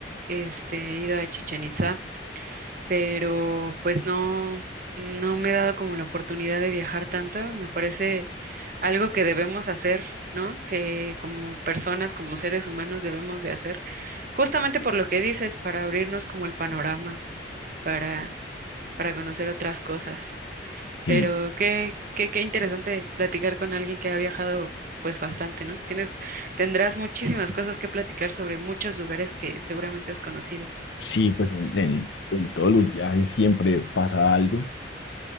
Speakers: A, on the right; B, on the left.
A: este, he ido a Chichén Itzá. pero pues no, no me he dado como la oportunidad de viajar tanto. Me parece algo que debemos hacer, ¿no? Que como personas, como seres humanos debemos de hacer, justamente por lo que dices, para abrirnos como el panorama, para, para conocer otras cosas.
B: Sí,
A: Pero qué, qué, qué interesante platicar con alguien que ha viajado pues bastante, ¿no? Tienes, tendrás muchísimas cosas que platicar sobre muchos lugares que seguramente has conocido.
B: sí, pues en, en- en todos los viajes siempre pasa algo,